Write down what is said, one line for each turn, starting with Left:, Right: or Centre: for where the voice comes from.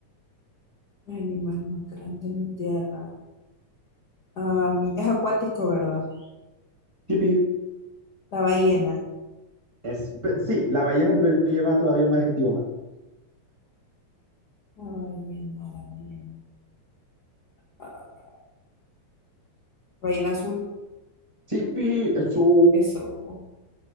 Left: Animal más grande en la tierra. Am, es acuático, ¿verdad?
Right: Tipi,
Left: La ballena.
Right: es, pe- sí, la ballena, pero lleva todavía un adjetivo más.
Left: La ballena, la ballena. Ah, ballena azul.
Right: Tipi, eso.
Left: Eso.